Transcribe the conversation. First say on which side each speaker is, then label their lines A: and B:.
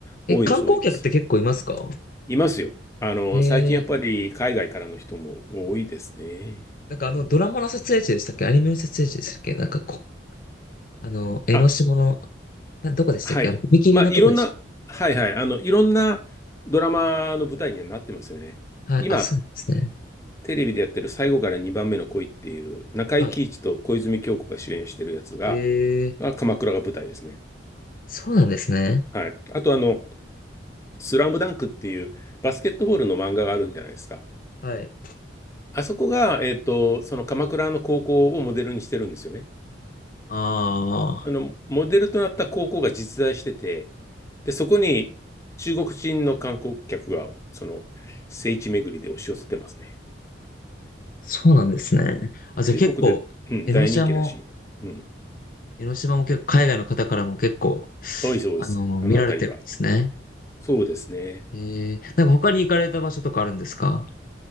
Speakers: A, on the left (about 15°); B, on the left (about 45°).
A: 多いです、
B: え、観光客って結構いますか
A: 多いです。いますよ。あの、
B: えー、
A: 最近やっぱり海外からの人も多いですね。
B: なんかあの、ドラマの撮影地でしたっけアニメの撮影地でしたっけなんかこ、あの、江ノ島の、
A: あ、
B: な、どこでしたっけあの、
A: はい。
B: 踏切のとこでし
A: まあ、いろんな、はいはい。あの、いろんなドラマの舞台にはなってますよね。
B: た。はい、
A: 今、
B: あ、そうなんですね。
A: テレビでやってる最後から2番目の恋っていう、中井貴一と小泉今日子が主演してるやつが、
B: はい。えー、
A: あ、鎌倉が舞台ですね。
B: そうなんですね。
A: はい。あとあの、スラムダンクっていうバスケットボールの漫画があるんじゃないですか。
B: はい。
A: あそこが、えっと、その鎌倉の高校をモデルにしてるんですよね。
B: ああ、
A: あの、モデルとなった高校が実在してて、で、そこに中国人の観光客が、その、聖地巡りで押し寄せてますね。
B: そうなんですね。あ、じゃあ結構、
A: 中国で、うん、
B: 江ノ島も、
A: 大人気らしい。うん。
B: 江ノ島も結構、海外の方からも結構、
A: 多いそうです。
B: あの、
A: あの辺りは。
B: 見られてるんですね。
A: そうですね。
B: えー、なんか他に行かれた場所とかあるんですか